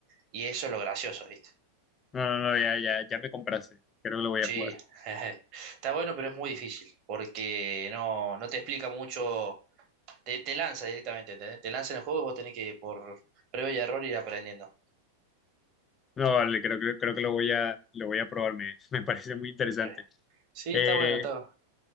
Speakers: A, on the right; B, on the left.
A: y eso es lo gracioso, ¿viste?
B: No, no, no, ya, ya, ya me compraste. Creo que lo voy
A: Sí,
B: a jugar.
A: <laughs> está bueno, pero es muy difícil, porque no, no te explica mucho, te, te lanza directamente, ¿entendés? Te lanza en el juego y vos tenés que por prueba y error ir aprendiendo.
B: No, vale, creo, creo, creo que lo voy a, lo voy a probar, me, <laughs> me parece muy interesante.
A: Eh, Sí,
B: Eh,
A: está bueno, está